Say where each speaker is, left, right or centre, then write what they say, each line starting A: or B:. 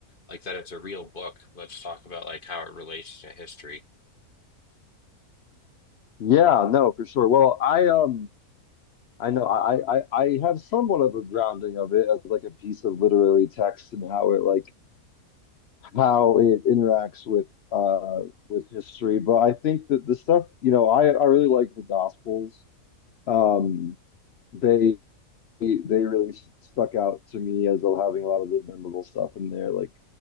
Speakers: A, on the left; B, on the left.
A: like that it's a real book. Let's talk about like how it relates to history.
B: Yeah, no, for sure. Well, I um I know I, I I have somewhat of a grounding of it as like a piece of literary text and how it like how it interacts with uh with history. But I think that the stuff, you know, I I really like the Gospels. Um they they really stuck out to me as well having a lot of really memorable stuff in there. Like,